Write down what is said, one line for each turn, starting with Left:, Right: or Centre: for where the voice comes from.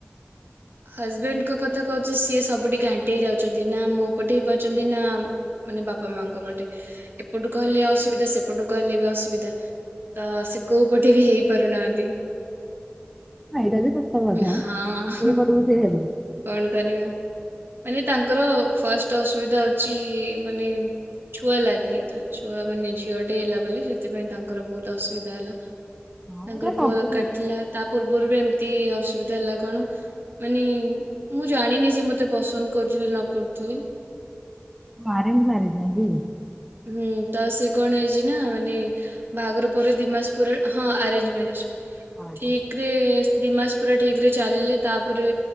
Right: ହଜବେଣ୍ଡଙ୍କ କଥା କହୁଛି ସିଏ ସବୁ ପଟେ ଘାଣ୍ଟି ହେଇ ଯାଉଛନ୍ତି ନା ମୋ ପଟେ ହେଇପାରୁଛନ୍ତି ନା ମାନେ ବାପା ମାଙ୍କ ପଟେ। ଏପଟୁ କହିଲେ ଅସୁବିଧା ସେପଟୁ କହିଲେ ବି ଅସୁବିଧା। ତ ସିଏ କୋଉ ପଟେ ବି ହେଇ ପାରୁନାହାଁନ୍ତି।
Centre: ଏଇଟା ବି ସତ କଥା
Right: ହଁ
Centre: କୋଉ ପଟକୁ ସେ ହେବେ।
Right: କଣ କରିବା ମାନେ ତାଙ୍କର ଫାଷ୍ଟ ଅସୁବିଧା ହଉଛି ମାନେ ଛୁଆ ଲାଗି ତ ଛୁଆ ମାନେ ଝିଅଟେ ହେଲା ବୋଲି ସେଥିପାଇଁ ତାଙ୍କର ବହୁତ ଅସୁବିଧା ହେଲା। ତାଙ୍କର
Centre: ହଁ ଏଇଟା ସବୁଠି
Right: ପୁଅ ଦରକାର ଥିଲା ତା ପୂର୍ବରୁ ବି ଏମିତି ଅସୁବିଧା ହେଲା କଣ ମାନେ ମୁଁ ଜାଣିନି ସେ ମତେ ପସନ୍ଦ କରୁଥିଲେ ନ କରୁଥିଲେ।
Centre: ଅରେଞ୍ଜ ମ୍ୟାରେଜ୍ ନାଇ କି?
Right: ହୁଁ ତ ସେ କଣ ହେଇଛି ନା ମାନେ ବାହାଘର ପରେ ଦି ମାସ ପରେ ହଁ ଆରେଞ୍ଜ ମ୍ୟାରେଜ।
Centre: ହଁ
Right: ଠିକରେ ଦି ମାସ ପୁରା ଠିକରେ ଚାଲିଲେ ତାପରେ